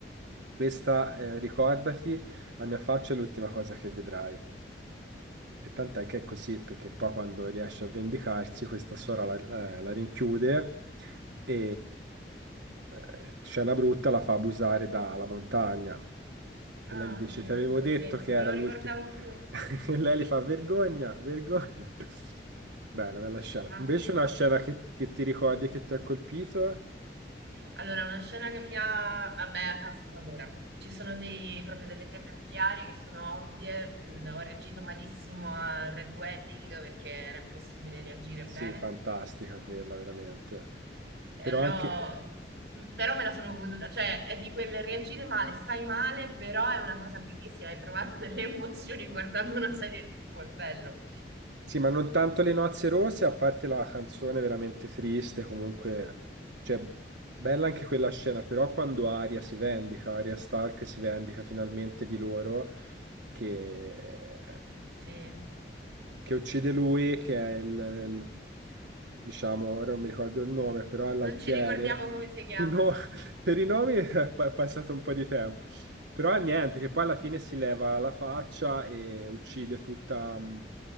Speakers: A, on the right (about 80°); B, on the right (about 70°).
A: questa, eh, ricordati, la mia faccia è l'ultima cosa che vedrai. E tant'è che è così, perché poi quando riesce a vendicarsi, questa sorella la, eh, la rinchiude e eh, scena brutta la fa abusare dalla montagna. E
B: Ah,
A: lei gli dice,
B: oddio,
A: ti avevo
B: ecco,
A: detto
B: sì,
A: che
B: non
A: era
B: me lo ricordavo
A: l'ultimo.
B: più.
A: <laughs> E lei gli fa, vergogna, vergogna. Bella, bella scena.
B: Ma
A: Invece una scena che, che ti ricordi e che ti ha colpito?
B: Allora, una scena che mi ha... Vabbè, as- allora, ci sono dei, proprio delle pietre miliari che sono ovvie. Mm, ho reagito malissimo al Red Wedding perché era impossibile reagire
A: Sì,
B: bene.
A: fantastica quella, veramente.
B: Eh,
A: Però
B: l'ho-
A: anche...
B: m- Però me la sono goduta. Cioè, è di quel reagire male, stai male, però è una cosa fighissima. Hai provato delle <laughs> emozioni guardando una serie TV, è bello.
A: Sì, ma non tanto le nozze rosse, a parte la canzone veramente triste, comunque, cioè, bella anche quella scena, però quando Arya si vendica, Arya Stark si vendica finalmente di loro, che,
B: Sì.
A: che uccide lui, che è il, il- diciamo, ora non mi ricordo il nome, però è l'alfiere.
B: Non ci ricordiamo come
A: <laughs>
B: si chiama,
A: No,
B: sì.
A: per i nomi è <laughs> pa- è passato un po' di tempo, però niente, che poi alla fine si leva la faccia e uccide tutta mh,